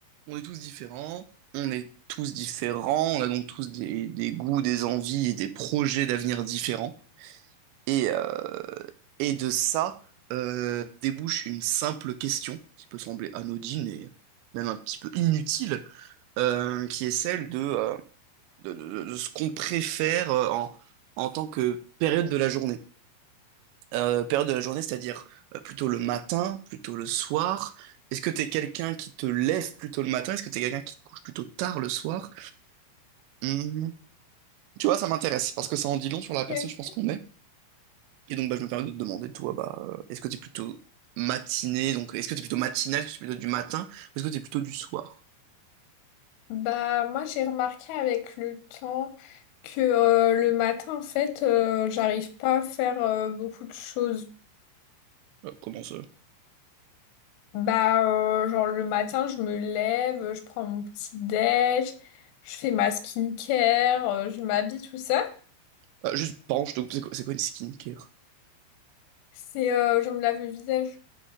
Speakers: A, on the right; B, on the left.
A: On est tous différents, on est tous différents, on a donc tous des, des goûts, des envies et des projets d'avenir différents. Et, euh, et de ça euh, débouche une simple question qui peut sembler anodine et même un petit peu inutile, euh, qui est celle de, euh, de, de- de ce qu'on préfère euh, en, en tant que période de la journée. Euh, période de la journée, c'est-à-dire euh, plutôt le matin, plutôt le soir. Est-ce que t'es quelqu'un qui te lève plutôt le matin? Est-ce que t'es quelqu'un qui te couche plutôt tard le soir? Hum, Tu vois, ça m'intéresse parce que ça en dit long sur la personne,
B: Ok, ok.
A: je pense qu'on est. Et donc, bah, je me permets de te demander, toi, bah, euh, est-ce que t'es plutôt matinée, donc est-ce que t'es plutôt matinale est-ce que t'es plutôt du matin, ou est-ce que t'es plutôt du soir?
B: Bah, moi, j'ai remarqué avec le temps que euh, le matin, en fait, euh, j'arrive pas à faire euh, beaucoup de choses.
A: Euh, comment ça?
B: Bah, euh, genre le matin, je me lève, je prends mon petit déj, je fais ma skincare, euh, je m'habille, tout ça.
A: Ah, juste, pardon, je te coupe, c'est quoi, c'est quoi une skincare?
B: C'est, euh, je me lave le visage